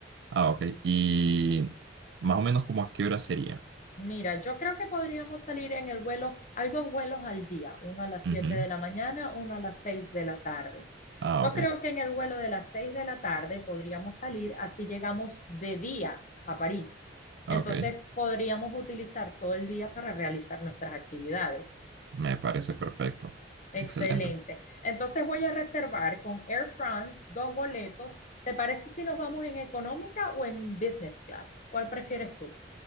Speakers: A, on the right; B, on the left.
A: Ah, ok. Y más o menos como a qué hora sería.
B: Mira, yo creo que podríamos salir en el vuelo, hay dos vuelos al día, uno a las
A: Ujú.
B: 7 de la mañana, uno a las 6 de la tarde.
A: Ah,
B: Yo
A: ok.
B: creo que en el vuelo de las 6 de la tarde podríamos salir, así llegamos de día a París. Entonces
A: ah, Ok.
B: podríamos utilizar todo el día para realizar nuestras actividades.
A: Me parece perfecto.
B: Excelente.
A: Excelente.
B: Entonces voy a reservar con Air France dos boletos. ¿Te parece si nos vamos en económica o en business class? ¿Cuál prefieres tú?